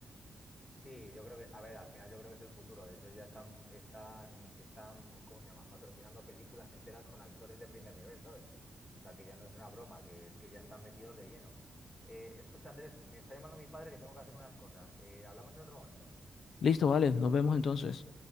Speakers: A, on the left; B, on the left.
A: Sí, yo creo que, a ver, al final yo creo que es el futuro. De hecho, ya están, están, están, ¿cómo se llama? Patrocinando películas enteras con actores de primer nivel, ¿sabes? O sea, que ya no es una broma, que es que ya están <laughs> metidos de lleno. Eh, escucha, Andrés, me está llamando mi padre que tengo que hacer unas cosas. Eh, hablamos en otro momento.
B: Listo, vale, nos vemos entonces.